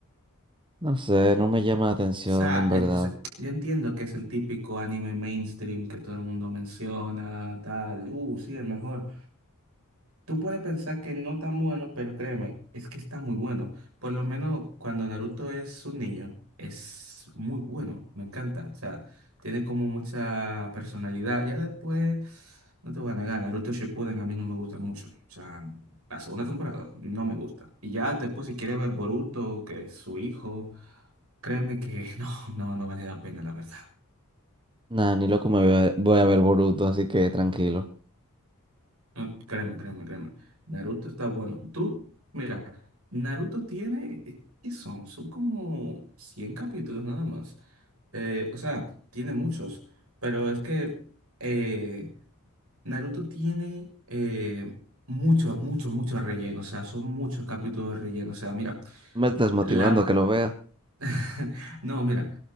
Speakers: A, on the right; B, on the right.
A: No sé, no me llama la atención,
B: O sea,
A: en
B: es-
A: verdad.
B: yo, sé- yo entiendo que es el típico anime mainstream que todo el mundo menciona, tal. Uh, sí, el mejor. Tú puedes pensar que no tan bueno, pero créeme, es que está muy bueno. Por lo menos cuando Naruto es un niño, es muy bueno, me encanta. O sea, tiene como mucha personalidad. Ya después, no te voy a negar, Naruto Shippuden a mí no me gusta mucho. O sea, la segunda temporada no me gusta. Y ya después si quieres ver Boruto, que es su hijo, créeme que <laughs> no, no, no vale la pena, la verdad.
A: Nah, ni loco me voy a, voy a ver Boruto, así que tranquilo.
B: Ah, Créeme, créeme, créeme. Naruto está bueno. Tú, mira, Naruto tiene, eh, ¿qué son? Son como 100 capítulos nada más. Eh, o sea, tiene muchos, pero es que eh, Naruto tiene eh, mucho, mucho, mucho relleno. O sea, son muchos capítulos de relleno. O sea, mira,
A: Me estás motivando
B: la...
A: a que lo vea.
B: <laughs> No, mira,